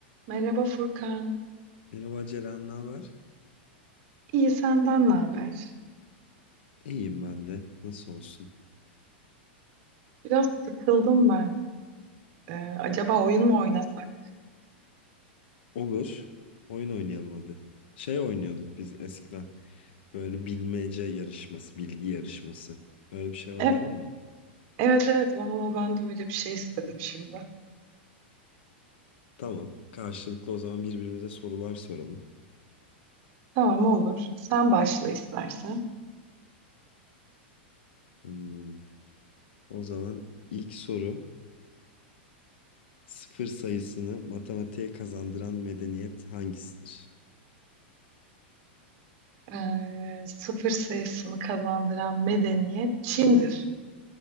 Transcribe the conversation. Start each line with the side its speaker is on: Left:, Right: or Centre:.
Right: Merhaba Furkan.
Left: Merhaba Ceren, ne haber?
Right: İyi senden ne haber?
Left: İyiyim ben de. Nasıl olsun?
Right: Biraz sıkıldım ben. Ee, acaba oyun mu oynasak?
Left: Olur. Oyun oynayalım hadi. Şey oynuyorduk biz eskiden. Böyle bilmece yarışması, bilgi yarışması. Öyle bir şey oynayalım
Right: E-
Left: mı?
Right: evet evet valla ben de öyle bir şey istedim şimdi.
Left: Tamam. Karşılıklı o zaman birbirimize sorular soralım.
Right: Tamam olur. Sen başla istersen.
Left: Hmm, O zaman ilk soru. Sıfır sayısını matematiğe kazandıran medeniyet hangisidir?
Right: Ee, sıfır sayısını kazandıran medeniyet Çin'dir.